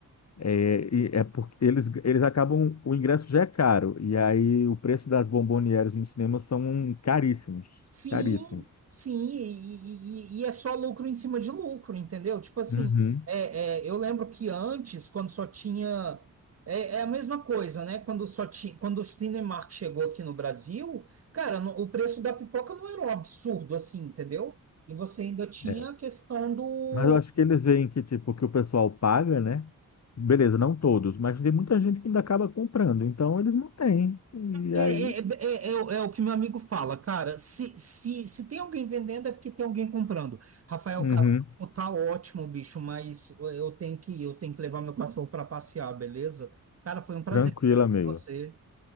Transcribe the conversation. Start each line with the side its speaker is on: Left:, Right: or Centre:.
Left: É, e é porque eles, eles acabam, o ingresso já é caro, e aí o preço das bombonieres nos cinemas são caríssimos,
Right: Sim,
Left: caríssimos.
Right: sim, e, e- e é só lucro em cima de lucro, entendeu? Tipo assim,
Left: Uhum.
Right: é, é, eu lembro que antes, quando só tinha. É, é a mesma coisa, né? Quando só tinha, quando o Cinemark chegou aqui no Brasil, cara, no- o preço da pipoca não era um absurdo assim, entendeu? E você ainda tinha
Left: É.
Right: a questão do
Left: Mas eu acho que eles veem que, tipo, que o pessoal paga, né? Beleza, não todos, mas tem muita gente que ainda acaba comprando, então eles mantêm. E
Right: É,
Left: aí,
Right: é, é, é é é o é o que meu amigo fala, cara. Se, se, se tem alguém vendendo, é porque tem alguém comprando. Rafael,
Left: Uhum.
Right: cara, pô, tá ótimo, bicho, mas eu tenho que ir, eu tenho que levar meu cachorro pra passear, beleza? Cara, foi um prazer
Left: Tranquilo,
Right: conversar
Left: amigo.
Right: com você.